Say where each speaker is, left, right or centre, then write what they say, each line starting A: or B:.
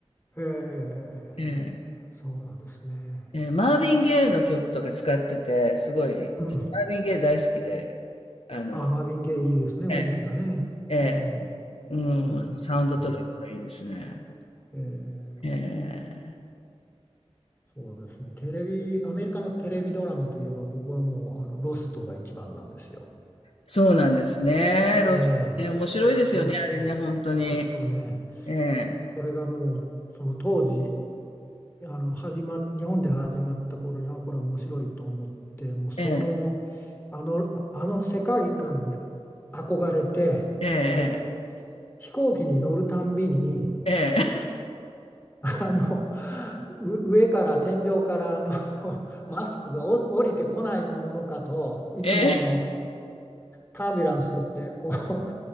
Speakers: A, on the left; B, on the left.
A: へえ、
B: ええ
A: そうなんですね。
B: えーマーヴィン・ゲイの曲とか使ってて、すごい、
A: うん。
B: 私、マーヴィン・ゲイ大好きで、あの、
A: あ、マービン・ゲイいいですね、雰囲気がね。
B: ええ、ええ
A: うん。
B: うん、
A: ムードが感じで。
B: サウンドトラックがいいですね。
A: えー、
B: ええ
A: そうですね。テレビ、アメリカのテレビドラマといえば、僕はもう、あの、ロストが一番なんですよ。
B: そうなんですね。
A: ええ、
B: ロス、ね、面白いですよね、
A: ロスト、
B: あれね、本当に。
A: ロストね。
B: ええ、
A: これがもう、その当時、あの始まっ日本で始まった頃にあこれ面白いと思ってもうそのあのああの世界観に
B: ええ、
A: 憧れてで
B: ええ、
A: 飛行機に乗るたんびに
B: ええ、
A: あのう上から天井からあの <laughs> マスクがお降りてこないものかといつもあの
B: ええ、
A: タービュランスってこ